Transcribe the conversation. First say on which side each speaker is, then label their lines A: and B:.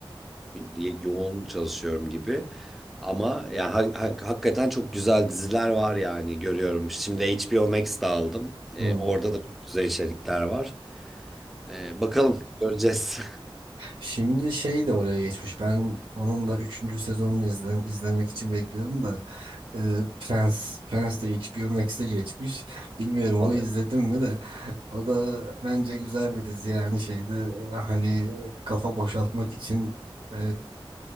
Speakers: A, in the centre; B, on the right.
A: diye yoğun çalışıyorum gibi. Ama ya ha- ha- hakikaten çok güzel diziler var yani görüyorum. Şimdi HBO Max'te aldım. Ee,
B: Hmm.
A: orada da çok güzel içerikler var. Ee, bakalım göreceğiz.
B: Şimdi şey de oraya geçmiş. Ben onun da üçüncü sezonunu izle- izlemek için bekliyorum da e, Prens Prens de HBO Max'e geçmiş. Bilmiyorum
A: <laughs>
B: onu izledim mi de o da bence güzel bir dizi yani şeyde e, hani kafa boşaltmak için e,